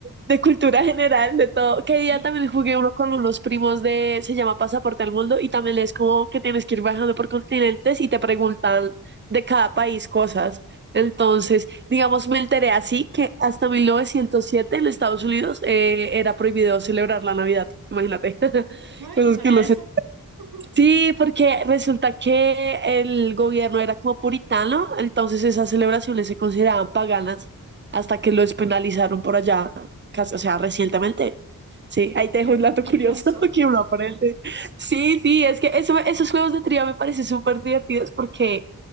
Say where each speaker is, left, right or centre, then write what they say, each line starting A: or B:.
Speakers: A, on the right (about 30°); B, on the right (about 75°).
A: de cultura general, de todo. Que día
B: Sí,
A: también jugué uno con unos primos de, se llama Pasaporte al Mundo, y también es como que tienes que ir viajando por continentes y te preguntan de cada país cosas. Entonces, digamos, me enteré así que hasta 1907 en Estados Unidos eh, era prohibido celebrar la Navidad. Imagínate, <laughs>
B: ay,
A: cosas
B: no sabía
A: que uno
B: eso.
A: se
B: <laughs>
A: Sí, porque resulta que el gobierno era como puritano, entonces esas celebraciones se consideraban paganas hasta que lo despenalizaron por allá, casi- o sea, recientemente. Sí, ahí te dejo
B: Qué
A: un dato
B: curioso.
A: curioso <laughs> que uno aprende. Sí, sí, es que eso, esos juegos de trivia me parecen súper divertidos porque